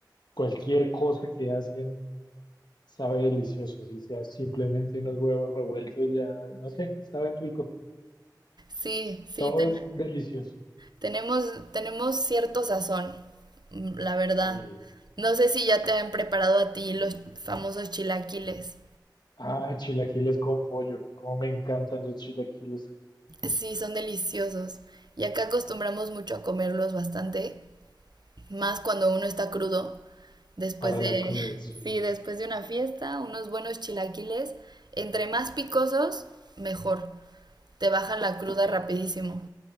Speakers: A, on the left; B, on the right.
A: Cualquier cosa que hacen sabe delicioso, si sea simplemente unos huevos revueltos, ya, no sé, saben rico.
B: Sí, sí,
A: Todo
B: ten-
A: es delicioso.
B: tenemos, tenemos cierto sazón, mm, la verdad.
A: Sí.
B: No sé si ya te han preparado a ti los famosos chilaquiles.
A: Ah, chilaquiles con pollo. Cómo me encantan los chilaquiles
B: Sí, son deliciosos. Y acá acostumbramos mucho a comerlos bastante. Más cuando uno está crudo, después
A: para
B: de,
A: la cruda, sí.
B: <laughs> sí, después de una fiesta, unos buenos chilaquiles, entre más picosos, mejor. Te bajan la cruda rapidísimo.